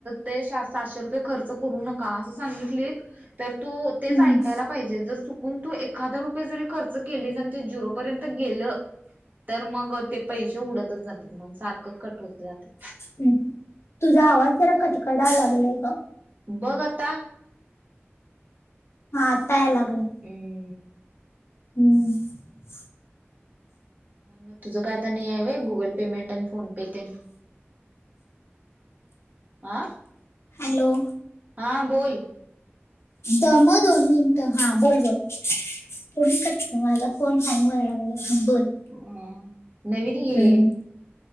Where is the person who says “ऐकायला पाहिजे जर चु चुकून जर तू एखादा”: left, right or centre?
Right